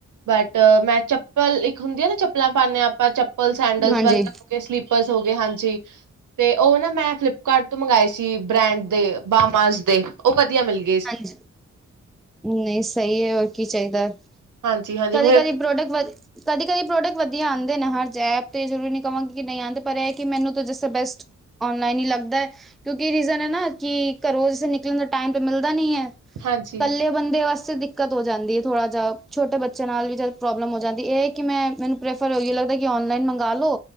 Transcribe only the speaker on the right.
ਬਟ ਮੈਂ ਚੱਪਲ ਇੱਕ ਹੁੰਦੀ ਹੈ ਨਾ, ਚੱਪਲਾਂ ਪਾਨੇ ਹਾਂ ਆਪਾਂ ਚੱਪਲ ਚੱਪਲ, ਸੈਂਡਲਸ
ਵਗੈਰਾ ਹੋਗੇ, ਸਲੀਪਰਸ ਹੋ ਗਏ ਹਾਂਜੀ। ਤੇ ਉਹ ਨਾ ਮੈਂ ਫਲਿੱਪਕਾਰਟ ਤੋਂ ਮੰਗਵਾਏ ਸੀ। ਬ੍ਰੈਂਡ ਦੇ, ਬਾਮਾਸ ਦੇ, ਉਹ ਵਧੀਆ ਮਿਲਗੇ।
ਹਾਂਜੀ ਹਾਂਜੀ
ਫਿਰ
ਹਾਂਜੀ